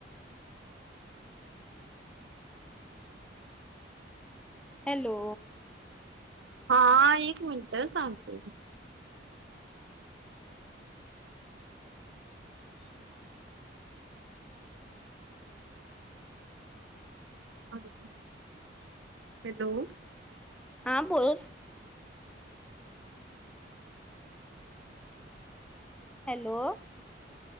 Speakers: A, in the centre; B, on the right (about 80°).
A: हॅलो.
B: हा एक मिनट सांगते. हॅलो.
A: हा बोल. हॅलो.